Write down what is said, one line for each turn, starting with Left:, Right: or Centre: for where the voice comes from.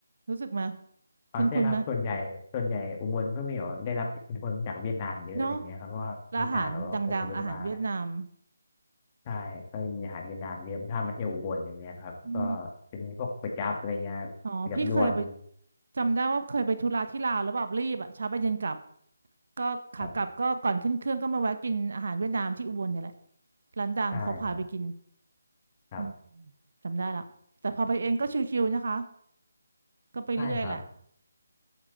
Right: รู้สึกไหม
Left: อ๋อใช่ครับส่วนใหญ่ส่วนใหญ่อุบลก็มีแบบได้รับอิทธิพลจากเวียดนามเยอะอะไรเงี้ยครับเพราะว่ามีตาแบบว่าอพยพมา
Right: คุ้นๆไหมเนาะร้านอาหารดังๆอาหารเวียดนาม
Left: ใช่ก็จะมีอาหารเวียดนามเยอะถ้ามาเที่ยวอุบลอย่างเงี้ยครับก็
Right: อืม
Left: จะมีพวกก๋วยจั๊บอะไรเงี้ยก๋วยจั๊บยวน
Right: อ๋อพี่เคยไปจำได้ว่าเคยไปธุระที่ลาวแล้วแบบรีบอ่ะเช้าไปเย็นกลับก็ขากลับก็ก่อนขึ้นเครื่องก็มาแวะกินอาหารเวียดนามที่อุบลเนี่ยแหละ
Left: ครับ
Right: ร้านดังเขาพาไปกิน
Left: ใช่ครับครับ
Right: อืมจำได้ละแต่พอไปเองก็ชิวๆนะคะก็ไปเรื่อยแหละ
Left: ใช่ครับ